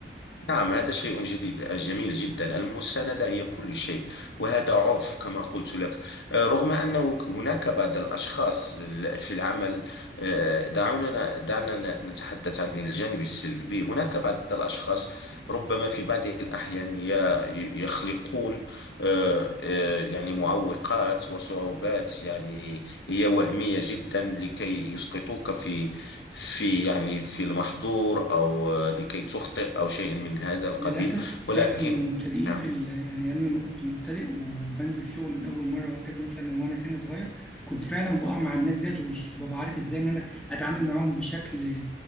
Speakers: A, on the left; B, in the centre.
A: نعم هذا شيء جديد جميل جدا المساندة هي كل شيء وهذا عرف كما قلت لك آه، رغم أنه هناك بعض الأشخاص ال- في العمل آه، دعونا دعنا ن- نتحدث عن الجانب السلبي هناك بعض الأشخاص ربما في بعض الأحيان ي- يخلقون آه، آه، يعني معوقات وصعوبات يعني هي وهمية جدا لكي يسقطوك في في يعني في المحظور أو آه، لكي تخطئ أو شيء من هذا القبيل
B: للاسف
A: ولكن
B: فعلا المبتدئين
A: نعم
B: في ال... يعني انا لما كنت مبتدئ وبنزل شغل لاول مره وهكذا مثلا وانا سن صغير كنت فعلا بقع مع الناس ديت ومش ببقى عارف ازاي ان انا اتعامل معاهم بشكل